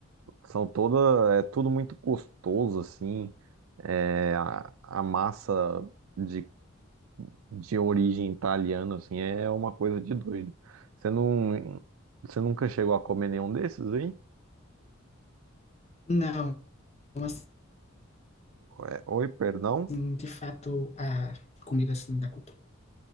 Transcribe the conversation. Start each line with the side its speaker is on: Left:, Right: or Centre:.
Right: São toda, é tudo muito gostoso, assim. É, a, a massa de, de origem italiana, assim, é uma coisa de doido. Você não, você nunca chegou a comer nenhum desses aí?
Left: Não, assim,
Right: Ué, Oi, perdão?
Left: de fato, a comida assim da cultura.